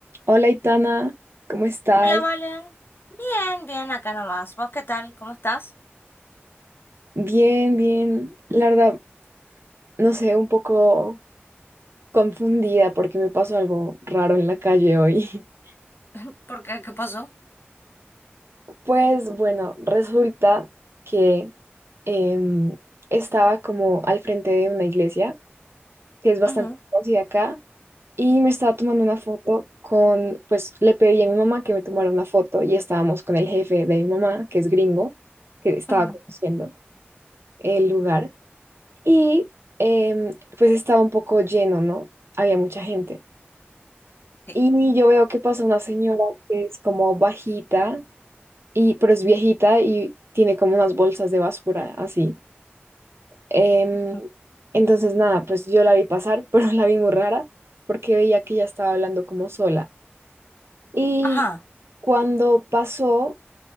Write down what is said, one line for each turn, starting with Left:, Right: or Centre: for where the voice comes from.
Right: Hola, Itana, ¿cómo estás?
Left: Hola, Valen. Bien, bien, acá nomás. ¿Vos qué tal? ¿Cómo estás?
Right: Bien, bien. La verdad, no sé, un poco confundida porque me pasó algo raro en la calle hoy. <laughs>
Left: <laughs> ¿Por qué? ¿Qué pasó?
Right: Pues bueno, resulta que em, estaba como al frente de una iglesia que es bastante
Left: Ujú,
Right: conocida acá y me estaba tomando una foto con, pues le pedí a mi mamá que me tomara una foto y estábamos con el jefe de mi mamá, que es gringo, que estaba
Left: ujú,
Right: conociendo el lugar. Y em, pues estaba un poco lleno, ¿no? Había mucha gente.
Left: sí,
Right: Y yo veo que pasa una señora que es como bajita, y, pero es viejita y tiene como unas bolsas de basura así. Em,
Left: ujú.
Right: entonces, nada, pues yo la vi pasar, <laughs> pero la vi muy rara porque veía que ella estaba hablando como sola. Y
Left: Ajá.
Right: cuando pasó,